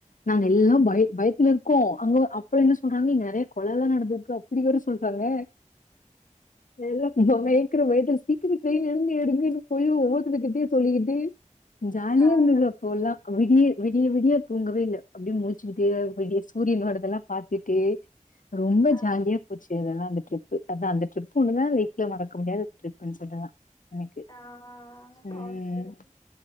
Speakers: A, on the left (about 85°); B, on the left (about 30°).
A: நாங்க எல்லா பய பயத்துலருக்கோ அங்க அப்ப என்ன சொல்றாங்க இங்க நெறைய கொலல்லா நடந்திருக்கு அப்படி வேற ஸ் சொல்றாங்க எல்லா <unintelligible> க்கற பயத்துல சீக்கிரோ ட்ரெய்ன எடுங்க <unintelligible> போயி ஒவ்வொருத்தங்க கிட்டயு சொல்லிக்கிர்து ஜாலியா
B: ஆ
A: இருந்தது அப்போ எல்லா விடிய விடிய விடிய தூங்கவே இல்ல அப்டியே முழிச்சுக்கிட்டு விடிய சூரியனோடதெல்லா பாத்துட்டு ரொம்ப
B: ஆ
A: ஜாலியா போச்சு அதெல்லா அந்த ட்ரிப் அதா அந்த ட்ரிப் ஒன்னு தா லைஃப்லே மறக்க முடியாத ட்ரிப்புன் சொல்லலா எனக்கு
B: ஆஹ்
A: ம்
B: ஆ, <unintelligible>